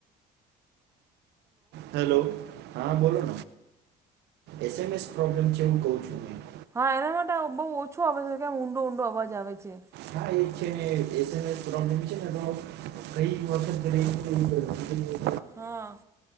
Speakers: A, on the right; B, on the right.
A: હેલો, હા બોલો. એસ એમ એસ પ્રોબ્લેમ છે એવું કઉ છું મેહી.
B: હા એના માટે બહુ ઓછું આવે છે કેમ ઊંડો-ઊંડો અવાજ આવે છે.
A: હા એક છે એસમસ પ્રોબ્લેમ છે ને તો કઈ વખત ર. <inaudible>
B: હા.